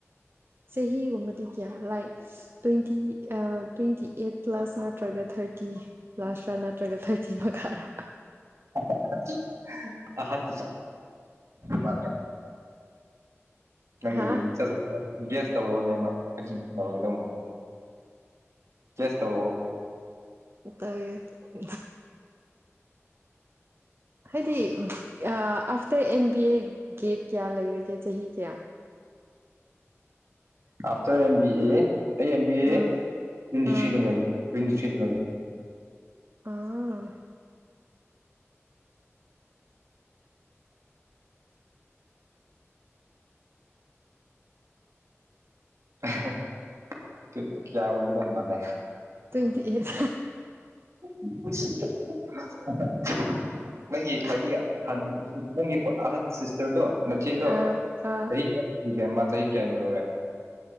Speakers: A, on the right; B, on the right.
A: ꯆꯍꯤ ꯒꯨꯝꯕꯗꯤ ꯀꯌꯥ light twenty twenty eight plus ꯅꯠꯇ꯭ꯔꯒ ꯊꯥꯔꯇꯤ ꯄ꯭ꯂꯁꯥꯔ ꯅꯠꯇ꯭ꯔꯒ ꯊꯥꯔꯇꯤ ꯃꯈꯥꯔ‌ꯣ
B: <unintelligible> ꯑꯍꯟ ꯃꯥꯅꯦ ꯅꯪꯒꯤ
A: ꯍꯥ
B: ꯖꯠꯁ ꯒ‌ꯦꯁ ꯇꯧꯔꯛꯑꯣꯅꯦ ꯑꯩ <unintelligible> ꯒ‌ꯦꯁ ꯇꯧꯔꯑꯣ
A: ꯇ <unintelligible> ꯍꯥꯏꯗꯤ ꯑꯥ after M B A get ꯀꯌꯥ ꯂꯩꯔꯒꯦ ꯆꯍꯤ ꯀꯌꯥ
B: ꯑꯐꯇꯔ ꯑꯦꯝ ꯕꯤ ꯑꯦ ꯑꯩ ꯑꯦꯝ ꯕꯤ ꯑꯦ
A: ꯑꯥ
B: ꯇ‌ꯣꯏꯟꯇꯤꯊ꯭ꯔꯤꯗ
A: ꯑꯥ
B: ꯂꯣꯏꯕ ꯇ‌ꯣꯏꯟꯇꯤꯊ꯭ꯔꯤꯗ ꯂ‌ꯣꯏꯌ‌ꯦ
A: ꯑꯥ
B: <unintelligible> ꯀ ꯀꯌꯥ ꯑꯣꯏꯒꯗꯧ ꯃꯥꯜꯂꯦ
A: ꯇꯣꯏꯟꯇꯤ ꯑꯩꯠ
B: <unintelligible> ꯅꯪꯒꯤ ꯈ꯭ꯋꯥꯏꯗꯒꯤ ꯑꯍꯥꯟ ꯅꯪꯒꯤꯀꯣ ꯑꯍꯟ ꯁꯤꯁꯇꯔꯗꯣ ꯅꯆꯦꯗꯣ
A: ꯑꯥ ꯑꯥ
B: ꯆꯍꯤ ꯀꯌꯥ ꯁꯨꯒꯦ ꯃꯥ ꯆꯍꯤ ꯀꯌꯥ ꯌꯧꯔꯦ